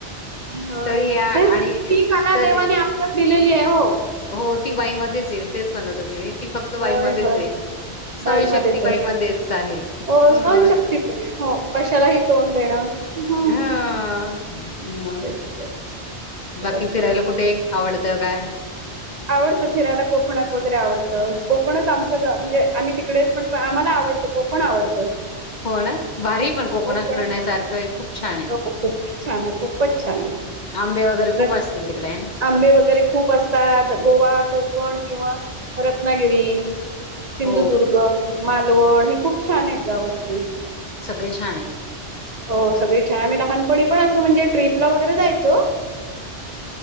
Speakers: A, on the right; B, on the left.
A: हो
B: तरी या
A: ते ती
B: आणि
A: कला
B: तरी
A: देवा आप दिलेली आहे हो
B: हो ती बाईमध्येच ये तेच म्हणत होते ती फक्त बाईमध्येच
A: होय, होय.
B: ये सनशक्तबाई
A: बाईमध्येच आहे.
B: मध्येच आहे
A: हो,
B: अ
A: सहनशक्ती पण आहे. हो कशालाही तोंड देणं ह
B: हं मग
A: तेच तेच असंच
B: बाकी
A: असतं.
B: फिरायला कुठे आवडतं काय
A: आवडतं फिरायला कोकणात वगैरे आवडतं कोकणच आमचं गाव म्हणजे आम्ही तिकडेच पण आम्हाला आवडतो को कोण आवडतं
B: हो ना भारी पण कोकणात
A: कोकण
B: फिरण्यासारखं आहे खूप छान आहे
A: हो खूपच छान आहे खूपच छान आहे.
B: आंबे वगैरे
A: रत-
B: खूप असतील तिकडे आहे ना.
A: आंबे वगैरे खूप असतात गोवा कोकण किंवा रत्नागिरी सिंधुदुर्ग
B: हो
A: मालवण हे खूप छान आहेत गावं सगळी
B: सगळे छान आहे.
A: हो सगळे छान आम मही लहानपणी पण असं म्हणजे ट्र्रीपला वगैरे जायचो.